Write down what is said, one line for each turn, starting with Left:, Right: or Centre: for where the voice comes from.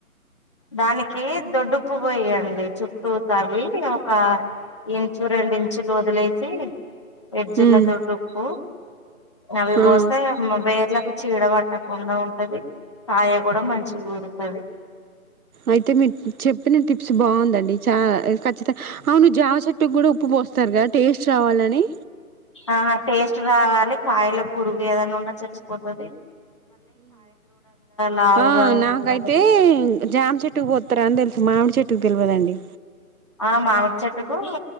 Left: దానికి దొడ్డుప్పు పోయ్యండి చుట్టూ తవి ఒక ఇంచు రెండించులు వదిలేసి ఎడ్ జిల్లా
Right: ఉమ్
Left: దొడ్డకుూ అవి పోస్తా
Right: ఆ
Left: బేర్ల చీడ పట్టకుండా ఉంటది కాయ కూడా మంచి కుఊరుతుది
Right: అయితే మీరు చెప్పిన టిప్స్ బాగుందండి చా ఖచ్చితంగా అవును జా చెట్ కూడాప్పు బోస్త వస్తారు కదా టేస్ట్ రావాలని
Left: ఆ టేస్ట్ రావాలి కాయల పురుగు ఏదనా ఉన్నా చచ్చిపోతుది లావుగా
Right: ఆ
Left: వస్తది
Right: నాకైతే
Left: అనేసి
Right: జామ్ చెట్టుకు పోతారా అని తెలుసు మామిడి చెట్టుకు తెలివదండి
Left: ఆ మామిడి చెట్టుకు